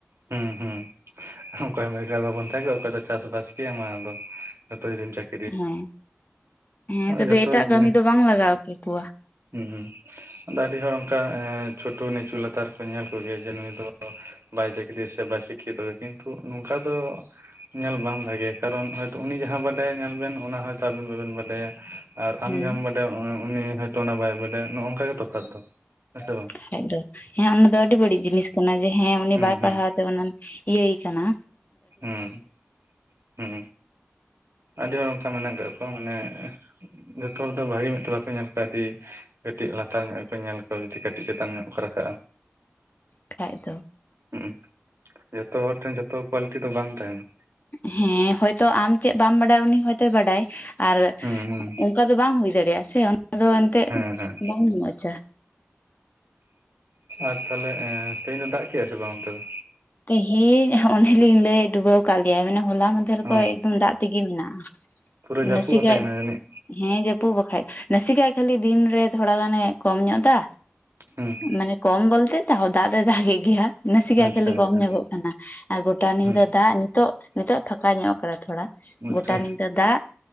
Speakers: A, on the right; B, on the left.
A: ᱦᱩᱸ ᱦᱩᱸ᱾ ᱚᱠᱚᱭ ᱦᱚᱸ ᱵᱷᱮᱜᱟᱨ ᱵᱟᱵᱚᱱ ᱛᱟᱦᱮᱸ ᱠᱚᱜ ᱚᱠᱚᱭ ᱫᱚ ᱪᱟᱥ ᱵᱟᱥ ᱠᱮᱭᱟ ᱢᱟ ᱟᱫᱚ ᱡᱚᱛᱚ ᱡᱩᱫᱤᱢ ᱪᱟᱹᱠ
B: ᱦᱮᱸ ᱦᱮᱸ ᱛᱚᱵᱮ
A: ᱡᱚᱛᱚ
B: ᱮᱴᱟᱜ
A: ᱡᱤᱱᱤᱥ
B: ᱠᱟᱹᱢᱤ ᱫᱚ ᱵᱟᱝ ᱞᱟᱜᱟᱣ ᱠᱮᱠᱚᱣᱟ᱾
A: ᱦᱩᱸ ᱟᱫᱚ ᱟᱹᱰᱤ ᱦᱚᱲ ᱚᱝᱠᱟ ᱮᱸ ᱪᱷᱳᱴᱳ ᱱᱤᱪᱩ ᱞᱟᱛᱟᱨ ᱠᱚ ᱧᱮᱞ ᱠᱚᱜᱮᱭᱟ ᱡᱮ ᱱᱩᱭ ᱫᱚ ᱵᱟᱭ ᱪᱟᱹᱠᱨᱤᱭᱟ ᱥᱮ ᱵᱟᱭ ᱥᱤᱠᱠᱷᱤᱛᱚ ᱜᱮ ᱠᱤᱱᱛᱩ ᱱᱚᱝᱠᱟ ᱫᱚ ᱧᱮᱞ ᱵᱟᱝ ᱵᱷᱟᱜᱮᱭᱟ ᱠᱟᱨᱚᱱ ᱦᱚ ᱛᱚ ᱩᱱᱤ ᱡᱟᱦᱟᱸ ᱵᱟᱰᱟᱭ ᱧᱮᱞ ᱵᱮᱱ ᱚᱱᱟ ᱦᱚᱭᱛᱚ ᱟᱵᱤᱱ ᱵᱟᱵᱮᱱ ᱵᱟᱰᱟᱭᱟ ᱾ ᱟᱨ ᱟᱢ
B: ᱦᱮᱸ
A: ᱡᱟᱦᱟᱢ ᱵᱟᱰᱟᱭ ᱩᱱᱤ ᱦᱚᱭᱛᱚ ᱚᱱᱟ ᱵᱟᱭ ᱵᱟᱰᱟᱭᱟ ᱱᱚᱝᱠᱟ ᱜᱮ ᱛᱚᱯᱷᱟᱛ ᱫᱚ ᱦᱮᱸ
B: <unintelligible>
A: ᱥᱮ ᱵᱟᱝ
B: ᱫᱚ ᱦᱮᱸ ᱚᱱᱟ ᱫᱚ ᱟᱹᱰᱤ ᱵᱟᱹᱲᱤᱡ ᱡᱤᱱᱤᱥ ᱠᱟᱱᱟ ᱡᱮ ᱦᱮᱸ ᱩᱱᱤ
A: ᱦᱩᱸ
B: ᱵᱟᱭ
A: ᱦᱩᱸ
B: ᱯᱟᱲᱦᱟᱣ ᱛᱮ ᱚᱱᱟ ᱤᱭᱟᱹᱭ ᱠᱟᱱᱟᱹ
A: ᱦᱩᱸ ᱦᱩᱸ ᱟᱹᱰᱤ ᱦᱚᱲ ᱚᱝᱠᱟ ᱢᱮᱱᱟᱜ ᱠᱟᱜ ᱠᱚᱣᱟ ᱢᱟᱱᱮ ᱡᱷᱚᱛᱚ ᱦᱚᱲ ᱫᱚ ᱵᱷᱟᱜᱮ ᱢᱤᱫ ᱛᱮ ᱵᱟᱠᱚ ᱧᱮᱞ ᱠᱚᱣᱟ ᱟᱹᱰᱤ ᱠᱟᱹᱴᱤᱜ ᱞᱟᱛᱟᱨ ᱧᱚᱜ ᱜᱮ ᱠᱚ ᱧᱮᱞ ᱠᱚᱣᱟ ᱡᱤ ᱠᱟᱹᱴᱤᱜ ᱪᱮᱛᱟᱱ ᱧᱚᱜ ᱠᱚ ᱨᱟᱠᱟᱵᱼᱟ
B: ᱠᱷᱟᱡ ᱫᱚ
A: ᱦᱩᱜ ᱩ ᱡᱷᱚᱛᱚ ᱦᱚᱲ ᱴᱷᱮᱱ ᱡᱷᱚᱛᱚ ᱠᱚᱣᱟᱞᱤᱴᱤ ᱫᱚ ᱵᱟᱝ ᱛᱟᱦᱮᱱᱟ
B: ᱦᱮᱸ ᱦᱚᱭᱛᱚ ᱟᱢ ᱪᱮᱜ ᱵᱟᱢ ᱵᱟᱰᱟᱭᱟ ᱩᱱᱤ ᱦᱚᱭᱛᱚᱭ ᱵᱟᱰᱟᱭ ᱟᱨ ᱩ
A: ᱦᱩᱸ ᱦᱩᱸ
B: ᱚᱝᱠᱟ ᱫᱚ ᱵᱟᱝ ᱦᱳᱭ ᱫᱟᱲᱮᱭᱟᱜᱼᱟ ᱥᱮ <unintelligible>
A: ᱦᱮᱸ ᱦᱮᱸ
B: ᱵᱟᱝ ᱢᱚᱡᱟ
A: ᱟᱨ ᱛᱟᱦᱞᱮ ᱛᱮᱦᱮᱧ ᱫᱚ ᱫᱟᱜ ᱠᱮᱜᱼᱟ ᱥᱮ ᱵᱟᱝ ᱚᱱᱛᱮ ᱫᱚ?
B: ᱛᱤᱦᱤᱧ ᱚᱱᱮᱞᱤᱧ ᱞᱟᱹᱭ ᱰᱩᱵᱟᱹᱣ ᱠᱟᱜ ᱞᱮᱭᱟᱭ ᱢᱟᱱᱮ ᱦᱚᱞᱟ ᱢᱟᱱ ᱫᱷᱮᱨ ᱠᱷᱚᱭ
A: ᱚ
B: ᱮᱠᱫᱚᱢ ᱫᱟᱜ ᱛᱤᱜᱤ ᱢᱮᱱᱟᱜᱼᱟ
A: ᱯᱩᱨᱟᱹ ᱡᱟᱹᱯᱩᱫ
B: ᱱᱟᱥᱮᱠᱟᱡ
A: ᱟᱯᱮ ᱠᱟᱱᱟ ᱡᱟᱹᱱᱤᱡ
B: ᱦᱮᱸ ᱡᱟᱹᱯᱩᱫ ᱵᱟᱠᱷᱟᱡ ᱱᱟᱥᱮ ᱠᱷᱟᱡ ᱠᱷᱟᱞᱤ ᱫᱤᱱᱨᱮ ᱛᱷᱚᱲᱟ ᱜᱟᱱᱮ ᱠᱚᱢ ᱧᱚᱜ ᱫᱟ
A: ᱦᱩᱸ
B: ᱢᱟᱱᱮ ᱠᱚᱢ ᱵᱚᱞᱛᱮ ᱛᱟᱣᱦᱚ ᱫᱟᱜ ᱫᱚ ᱫᱟᱜᱮᱜ ᱜᱮᱭᱟ ᱱᱟᱥᱮ ᱠᱷᱟᱡ
A: ᱟᱪᱪᱷᱟ
B: ᱠᱷᱟᱹᱞᱤ ᱠᱚᱢ
A: ᱟᱪᱪᱷᱟ
B: ᱧᱚᱜᱚᱜ ᱠᱟᱱᱟ ᱟᱨ ᱜᱚᱴᱟ ᱱᱤᱫᱟᱹ
A: ᱦᱩᱸ
B: ᱫᱟᱜ ᱱᱤᱛᱚᱜ ᱱᱤᱛᱚᱜ ᱯᱷᱟᱸᱠᱟ ᱧᱚᱜ ᱠᱟᱜ-ᱟ ᱛᱷᱚᱲᱟ
A: ᱟᱪᱪᱷᱟ
B: ᱜᱚᱴᱟ ᱱᱤᱠᱟᱹ ᱫᱟᱜ